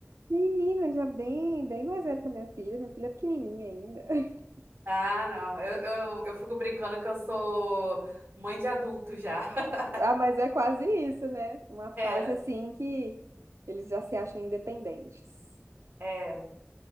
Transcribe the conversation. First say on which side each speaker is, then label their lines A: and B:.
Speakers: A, on the right; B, on the right.
A: Menina, já bem, bem mais velha que a minha filha. Minha filha é pequenininha ainda. <laughs>
B: Ah, não. Eu, eu, eu fico brincando que eu sou mãe de adulto já. <laughs>
A: Ah, mas é quase isso, né? Uma fase
B: É,
A: assim que eles já se acham independentes.
B: é.